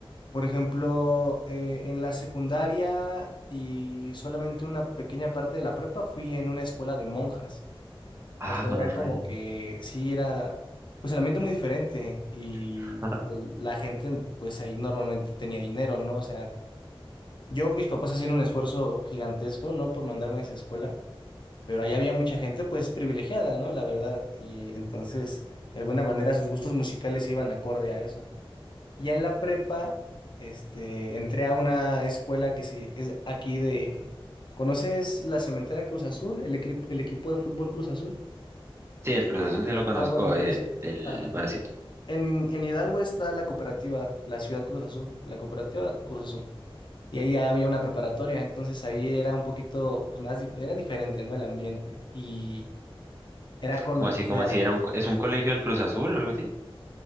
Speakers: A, on the left; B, on the right.
A: Por ejemplo, eh, en la secundaria y solamente una pequeña parte de la prepa fui en una escuela de monjas.
B: Ah,
A: O sea,
B: gonorrea.
A: era como que sí era, pues el ambiente muy diferente y
B: <laughs>
A: pues, la gente, pues ahí normalmente tenía dinero, ¿no? O sea, yo, mis papás hacían un esfuerzo gigantesco, ¿no? Por mandarme a esa escuela. Pero ahí había mucha gente pues privilegiada, ¿no? La verdad. Y eh, entonces, de alguna manera, sus gustos musicales iban acorde a eso. Ya en la prepa, este, entré a una escuela que sí, es aquí de... ¿Conoces la Cementera Cruz Azul? ¿El, equipo el equipo de fútbol Cruz Azul?
B: Sí, el Cruz Azul sí lo conozco.
A: Ah, bueno, pues
B: eh, el,
A: ah,
B: bueno, sí.
A: en, en Hidalgo está la cooperativa, la Ciudad Cruz Azul, la cooperativa Cruz Azul. Y ahí había una preparatoria, entonces ahí era un poquito, pues más, di- era diferente, ¿no? El ambiente. Y era con,
B: ¿Cómo así?
A: o sea,
B: ¿Cómo así? ¿Era un, co- ¿Es un colegio del Cruz Azul o algo así?